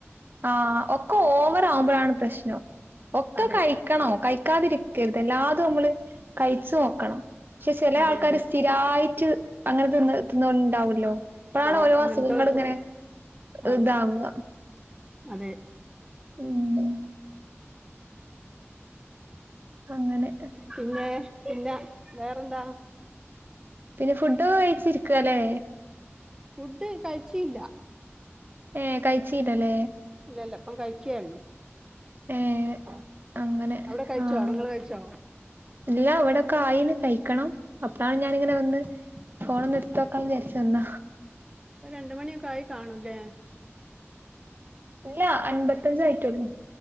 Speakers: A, on the right (about 45°); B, on the right (about 15°).
A: ആഹ് ഒക്കൊ ഓവറാവുമ്പഴാണ് പ്രശ്നം. ഒക്കെ
B: അതെ
A: കഴി ക്കണോ കഴിക്കാതിരിക്കരുത് എല്ലാതു നമ്മള് കഴിച്ച് നോക്കണം. പക്ഷെ ചെല
B: അതെ
A: ആൾക്കാര്
B: അതെ
A: സ് ചി യായിറ്റ് അങ്ങന തിന്ന് തിന്നോണ്ട് ഇണ്ടാവൊല്ലോ ഇപ്പളാണ്
B: ആ
A: ഓരോ
B: അങ്ങനത്തെ
A: അസുഖങ്ങള് ഇങ്ങെനെ
B: ആ
A: ഇതാവ
B: അതെ
A: ഉം അങ്ങനെ ഇഹ്
B: പിന്നേ പിന്ന വേറെന്താ
A: പിന്നെ ഫുഡൊക്ക കഴിച്ചിരിക്കാല്ലേ
B: ഫുഡ് കഴിച്ചീല്ല
A: ഏഹ് കഴിച്ചീലല്ലേ
B: ഇല്ലല്ല ഇപ്പം കഴിക്കേ ഒള്ളൂ
A: ഏഹ് അങ്ങനെ
B: അവിടെ കഴിച്ചോ
A: ആഹ്
B: നിങ്ങള് കഴിച്ചോ
A: ഇല്ല ഇവിടൊക്ക ആയീന്ന് കഴിക്കണം. അപ്പളാണ് ഞാനിങ്ങനെ വന്ന് ഫോണൊന്ന് എട്ത്തോ ൽക്കാന്ന് വിചാരിച്ച് വന്ന.
B: ഒരു രണ്ട് മണിയൊക്കെ ആയി കാണൂല്ലേ
A: ഇല്ല അൻപത്തഞ്ചേ ആയി റ്റൊള്ളൂ